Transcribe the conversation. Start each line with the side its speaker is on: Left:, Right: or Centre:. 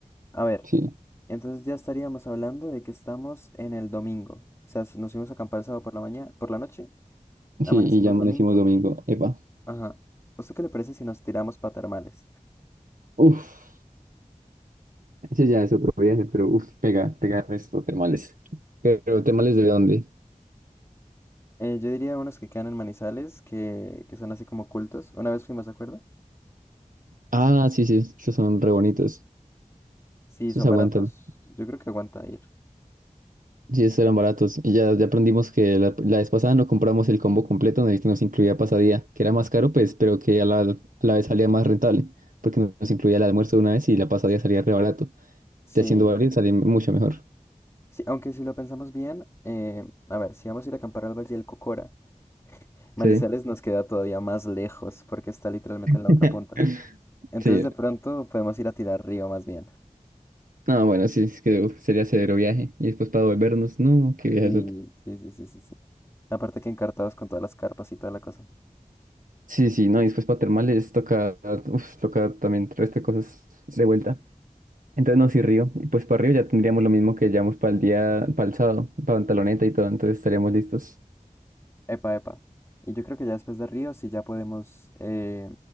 Left: A ver,
Right: sí,
Left: entonces ya estaríamos hablando de que estamos en el domingo. O sea, s- nos fuimos a acampar el sábado por la mañana, por la noche, amanecimos
Right: sí, y ya amanecimos
Left: domingo.
Right: domingo, epa,
Left: Ajá. ¿Esto qué le parece si nos tiramos para termales?
Right: uff. Ese ya es otro viaje, pero uf, pega, pega resto, temales Pero, temales de dónde?
Left: Eh, yo diría unos que quedan en Manizales, que, que son así como cultos. Una vez fuimos, ¿de acuerdo?
Right: Ah, sí, sí, esos son re bonitos.
Left: Sí,
Right: Esos
Left: son baratos.
Right: aguantan.
Left: Yo creo que aguanta ir.
Right: Sí, esos eran baratos. Y ya, ya aprendimos que la, la vez pasada no compramos el combo completo en el que nos incluía pasadía, que era más caro, pues, pero que a la, a la vez salía más rentable, porque nos incluía el almuerzo de una vez y la pasadía salía re barato.
Left: Sí.
Right: Ya haciendo varios salía mucho mejor.
Left: Sí, aunque si lo pensamos bien, eh, a ver, si vamos a ir a acampar al Valle del Cocora, Manizales
Right: Sí.
Left: nos queda todavía más lejos porque está literalmente en la
Right: <laughs>
Left: otra punta. Entonces
Right: Sí.
Left: de pronto podemos ir a tirar río más bien.
Right: Ah, bueno, sí, es que uf, sería severo viaje. Y después para volvernos, no, qué viaje
Left: Y sí, sí, sí, sí, sí. Aparte que encartados con todas las carpas y toda la cosa.
Right: Sí, sí, no, y después para termales toca, uf, toca también el resto de cosas de vuelta. Entonces no, sí, Río. Y pues para Río ya tendríamos lo mismo que llevamos para el día, para el sábado, para Pantaloneta y todo, entonces estaríamos listos.
Left: Epa, epa. Y yo creo que ya después de río, sí ya podemos... Eh,